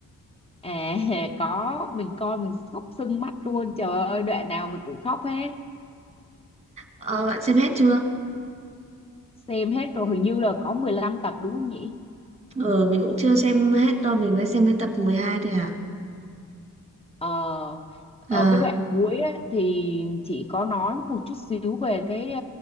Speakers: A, on the left; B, on the right.
A: à <laughs> có mình coi mình khóc sưng mắt luôn trời ơi đoạn nào mình cũng khóc hết
B: Ờ, bạn xem hết chưa?
A: xem hết rồi hình như là có 15 tập đúng không nhỉ
B: Ừ, mình cũng chưa xem hết đâu, mình mới xem đến tập 12 thôi à.
A: Ờ, ở
B: À,
A: cái đoạn cuối ấy, thì chị có nói một chút xíu về cái